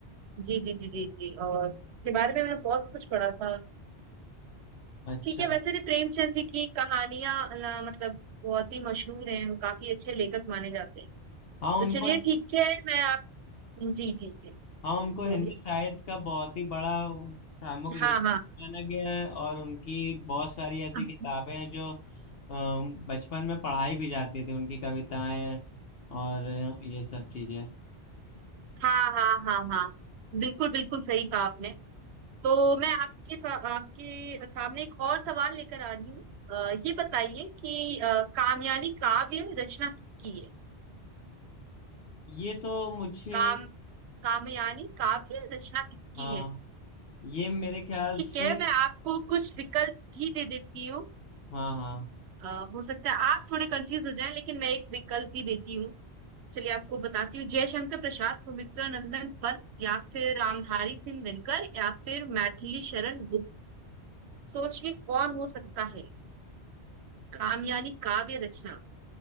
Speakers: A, on the right; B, on the left.
A: जी जी जी जी जी और इसके बारे में मैंने बहुत कुछ पढ़ा था
B: अच्छा
A: ठीक है वैसे भी प्रेमचंद जी की कहानियां अ, मतलब बहुत ही मशहूर हैं वो काफी अच्छे लेखक माने जाते हैं
B: हाँ
A: तो
B: उनको
A: चलिए ठीक है मैं आप जी जी जी
B: हाँ उनको हिंदी
A: बोलिए
B: साहित्य का बहुत ही बड़ा प्रमुख लेखक
A: हाँ हाँ
B: माना गया है और उनकी बहुत सारी ऐसी
A: हाँ
B: किताबें हैं जो अम, बचपन में पढ़ाई भी जाती थी उनकी कविताएं और ये सब चीजें
A: हाँ हाँ हाँ हाँ बिल्कुल बिल्कुल सही कहा आपने तो मैं आपके पा- आपके सामने एक और सवाल लेकर आ रही हूँ अ, ये बताइए कि अ, कामयानी काव्य रचना किसकी है
B: ये तो मुझे
A: काम कामयानी काव्य रचना किसकी
B: हाँ
A: है
B: ये मेरे ख्याल
A: ठीक
B: से
A: है मैं आपको कुछ विकल्प भी दे देती हूँ
B: हाँ हाँ
A: अ, हो सकता है आप थोड़े कंफ्यूज हो जाएं लेकिन मैं एक विकल्प भी देती हूँ चलिए आपको बताती हूँ जयशंकर प्रसाद सुमित्रा नंदन पन्त या फिर रामधारी सिंह दिनकर या फिर मैथिली शरण गुप्त सोचिए कौन हो सकता है कामयानी काव्य रचना